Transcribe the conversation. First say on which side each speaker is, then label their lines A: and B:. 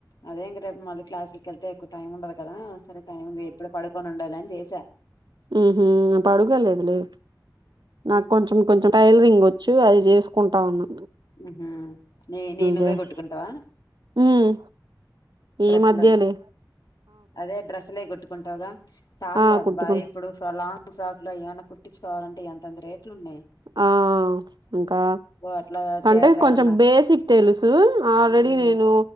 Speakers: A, on the left (about 60°); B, on the right (about 75°).
A: అదే ఇంగ రేపు మల్లి క్లాసులకి వెళ్తే ఎక్కువ టైం ఉండదు కదా సరే టైం ఉంది ఇప్పుడే పడుకోని ఉండదులే అని చేసా
B: మ్మ్ హ్ పడుకో లేదులే నాకు కొంచెం టైలరింగ్ వచ్చు టైలరింగ్ చేసుకుంటా ఉన్నా
A: మ్మ్ నీయి నువ్వే
B: చేస్-
A: కుట్టుకుంటావా
B: ఉమ్, ఈ
A: డ్రెస్సులు
B: మద్యే లే
A: అదే డ్రెస్సులు కుట్టుకుంటావుగా సాలు
B: ఆ
A: లే అబ్బా
B: కుట్టుకుంటా
A: ఇప్పుడు లాంగ్ ఫ్రాక్ లో అయన్న కుట్టించుకోవాలంటే ఎంతేత రేట్లున్నాయి
B: ఆ ఇంకా
A: అట్లా చీరలు
B: అంటే కొంచెం
A: ఏమన్నా
B: బేసిక్ తెలుసు ఆల్రెడీ
A: ఉమ్
B: నేను నేను